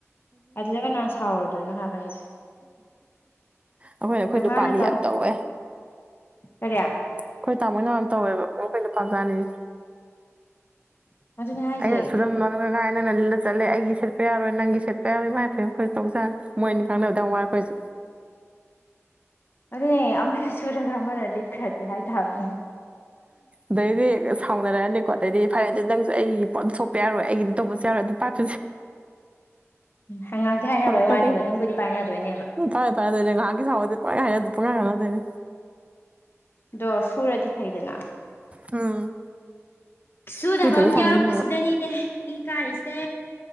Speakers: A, on the left (about 50°); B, on the right (about 25°).
A: ꯑꯗꯨꯗ ꯅꯍꯥꯟ ꯁꯥꯎꯔꯗꯣꯏꯅꯣ ꯍꯥꯏꯕꯅꯤꯗ
B: ꯑꯩꯈꯣꯏꯅ ꯑꯩꯈꯣꯏ
A: ꯑꯗ
B: ꯅꯨꯄꯥꯅꯤ
A: ꯃꯥꯅ
B: ꯌꯥꯝ ꯇꯧꯋꯦ
A: ꯁꯔꯌꯥ
B: ꯑꯩꯈꯣꯏ ꯇꯥꯃꯣꯏ ꯝ ꯇꯧꯋꯦꯕ ꯃꯈꯣꯏꯅ ꯄꯥꯝꯖꯥꯅꯤꯁꯦ
A: ꯑꯗꯨꯅꯦ ꯍꯥꯏꯁꯦ
B: ꯑꯩꯅ ꯁꯨꯔꯝ ꯃꯅ ꯀꯅ ꯅꯪꯅ ꯂꯤꯗ ꯆꯠꯂꯦ ꯑꯩꯒꯤ ꯁꯦꯠꯄ ꯌꯥꯔꯣꯏ ꯅꯪꯒꯤ ꯁꯦꯠꯄ ꯌꯥꯔꯣꯏ ꯃꯥꯥꯏꯅ ꯐꯤ ꯑꯩꯈꯣꯏꯁꯨ ꯇꯧꯖꯥꯅꯤ ꯃꯣꯏꯅꯤ ꯉꯥꯡꯅꯕꯗ ꯋꯥꯏ ꯑꯩꯈꯣꯏꯁꯨ <inaudible>
A: ꯑꯗꯨꯅꯦ ꯑꯃꯅ ꯁꯨꯔꯒ ꯑꯃꯅ ꯂꯤꯠꯈ꯭ꯔꯗꯤ ꯍꯥꯏꯇꯥꯕꯅꯦ
B: ꯑꯗꯩꯗꯤ ꯁꯥꯎꯅꯔꯅꯤꯀꯣ ꯑꯗꯩꯗꯤ ꯐꯔꯦ ꯑꯗꯨꯩ ꯅꯪꯁꯨ ꯑꯩꯒꯤ ꯄꯣꯠ ꯁꯣꯛꯄ ꯌꯥꯔꯣꯏ ꯑꯩꯒꯤ ꯑꯗꯨ ꯇꯧꯕꯁꯨ ꯌꯥꯔꯣꯏ ꯑꯗꯨ ꯄ <unintelligible> <unintelligible>
A: ꯉꯥꯡꯁꯦ ꯍꯥꯏꯅꯕꯩ
B: ꯐꯔꯛ ꯀꯗꯤ
A: ꯋꯥꯅꯦꯕ ꯑꯗꯨꯝꯕꯨꯗꯤ ꯄꯥꯏꯅꯗꯣꯏꯅꯦꯕ
B: ꯇꯥꯏꯦ ꯇꯔ ꯂꯩ ꯉꯥꯒꯤ ꯊꯕꯗ ꯄꯒꯥꯏ ꯑꯗꯨ ꯄꯀꯥꯅ ꯇꯅꯤ
A: ꯑꯗꯣ ꯁꯨꯔꯗꯤ ꯐꯩꯗꯅ
B: ꯎꯝ
A: ꯁꯨꯗꯕ
B: ꯁꯨꯗꯕꯩ
A: ꯑꯃꯝ
B: ꯁꯥꯎꯅꯤꯡꯉꯤꯅꯦꯕ
A: ꯌꯥꯎꯔꯛꯄꯁꯤꯗꯅꯤꯅꯦ ꯏ ꯀꯥꯔꯤꯁꯦ